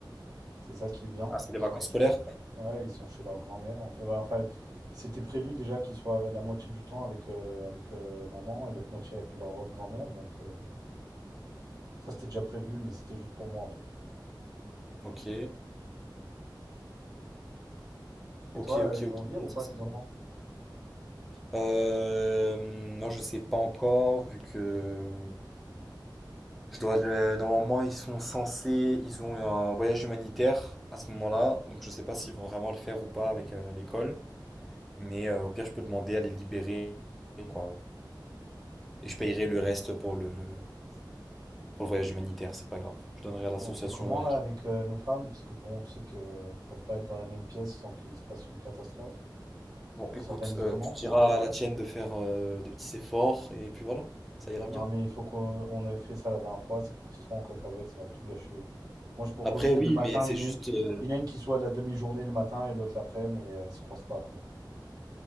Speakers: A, on the right (about 50°); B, in the centre.
A: C'est ça qui est bien.
B: Ah, c'est les
A: Ils
B: vacances
A: sont, ch-
B: scolaires?
A: ouais, ils sont chez leur grand-mère. En fait, Ouais, en fait, c'était prévu déjà qu'ils soient la moitié du temps avec, euh, avec euh, maman et l'autre moitié avec leur autre grand-mère. Donc euh, ça, c'était déjà prévu, mais c'était juste pour moi en fait.
B: Ok, ok,
A: Et toi,
B: ok,
A: euh, ils vont
B: ok,
A: venir ou pas,
B: ça, c'est
A: tes enfants?
B: bon. Euh, non, je sais pas encore, vu que... Je dois le... Normalement, ils sont censés, ils ont un voyage humanitaire à ce moment-là, donc je sais pas s'ils vont vraiment le faire ou pas avec euh, l'école, mais euh, au pire, je peux demander à les libérer, quoi. Et je payerai le reste pour le, le- pour le voyage humanitaire, c'est pas grave. Je donnerai à l'association.
A: On fait comment là avec euh, nos femmes? Parce que bon, tu sais qu'elles peuvent pas être dans la même pièce sans qu'il se passe une catastrophe.
B: Bon,
A: On
B: écoute,
A: s'organise
B: euh,
A: comment?
B: tu diras à la tienne de faire euh, des petits efforts, et puis voilà, ça ira
A: Non,
B: bien.
A: mais il faut qu'on on avait fait ça la dernière fois. C'est parti trop en cacahuète, ça a tout gâché. Moi, je propose
B: Après,
A: que
B: oui,
A: le matin,
B: mais c'est
A: il y en
B: juste,
A: ait une,
B: euh,
A: il y en a une qui soit de la demi-journée le matin et l'autre l'après, mais elles se croisent pas, quoi.